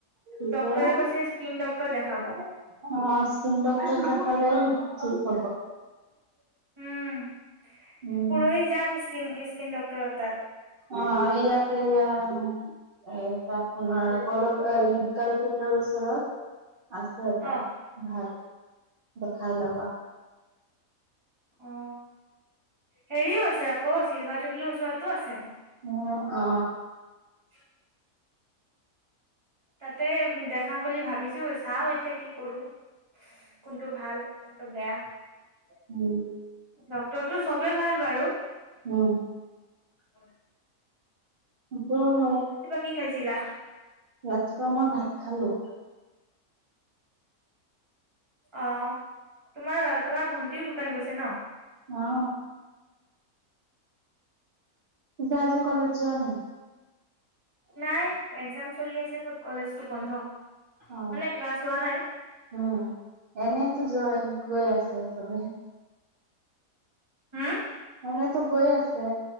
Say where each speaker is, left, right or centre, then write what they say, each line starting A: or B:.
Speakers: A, on the right; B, on the right.
A: পিছে
B: ডক্তৰে
A: অ
B: কৈছে স্কিন ডক্তৰ দেখাব।
A: স্কিন ডক্টৰ দেখালে হ'ব
B: উম পুৰহি
A: উম।
B: যাম স্কিন ডক্টৰ তাত
A: অ ইয়াতে ই এ তাৰপোনাৰ পল ঈদগাল পোনৰৰ ওছৰত আছে এটা
B: অ',
A: ভাল দেখাই লবা
B: অ হেৰিও আছে আকৌ চিলভাৰ জুবলিৰ ওচৰতো আছে
A: অ অ
B: অ তাতে দেখাম বুলি ভাবিছো চাও এতিয়া কি কৰো কোনটো ভাল কোনটো বেয়া
A: উম,
B: ডক্টৰটো চবেই ভাল বাৰু
A: উম,
B: হয়
A: সেইটো হয়
B: কি খাইছিলা
A: ৰাতিপুৱা মই ভাত খালো।
B: অ তোমাৰ তোমাৰ ভন্টিও দোকান গৈছে ন।
A: অ পিছে আজি কলেজ যোৱা নাই।
B: নাই একজাম চলি আছে ক'ত কলেজটো বন্ধ
A: অ
B: মানে ক্লাছ হোৱা নাই।
A: উম এনেইতো গৈ আছে চবে
B: হুম,
A: এনেই টো গৈ আছে